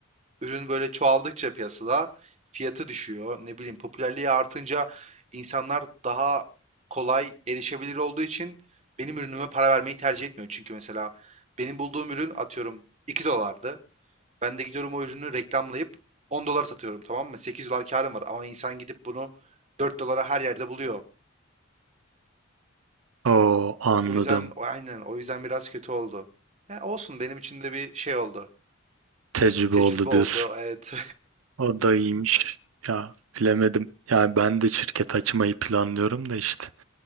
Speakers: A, on the right (about 30°); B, on the right (about 80°).
A: ürün böyle çoğaldıkça piyasada fiyatı düşüyor. Ne bileyim popülerliği artınca insanlar daha kolay erişebilir olduğu için benim ürünüme para vermeyi tercih etmiyor. Çünkü mesela benim bulduğum ürün atıyorum 2 dolardı. Ben de gidiyorum o ürünü reklamlayıp 10 dolara satıyorum tamam mı? 8 dolar karım var ama insan gidip bunu 4 dolara her yerde buluyor.
B: Oo anladım.
A: O yüzden o- aynen o yüzden biraz kötü oldu. Ya olsun benim için de bir şey oldu.
B: Tecrübe
A: Tecrübe
B: oldu diyorsun.
A: oldu evet.
B: O da iyiymiş. Ya bilemedim. Yani ben de şirket açmayı planlıyorum da işte.